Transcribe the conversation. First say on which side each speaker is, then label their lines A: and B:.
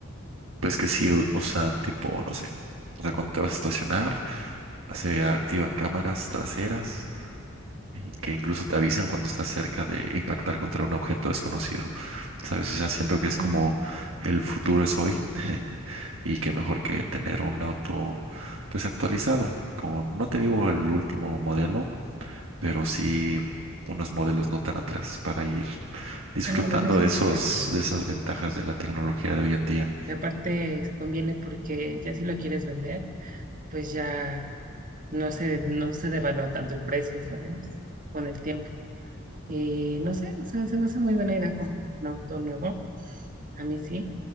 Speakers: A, on the right; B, on the right.
A: pues que sí u- usan tipo, no sé, o sea, cuando te vas a estacionar, se activan cámaras traseras ujú, que incluso te avisan cuando estás cerca de impactar contra un objeto desconocido. ¿Sabes? O sea, siento que es
B: Ajá.
A: como el futuro es hoy y que mejor que tener un auto, pues actualizado. Con, no te digo el último modelo, pero sí unos modelos no tan atrás para ir disfrutando
B: Ah, bueno, eso
A: de
B: sí
A: esos,
B: es cierto.
A: de esas ventajas de la tecnología de hoy en día.
B: Y aparte es- conviene porque ya si lo quieres vender, pues ya no se, no se devalúa tanto el precio, ¿sabes? Con el tiempo. Y no sé, o sea, se me hace muy buena idea comprar un auto nuevo. A mí sí.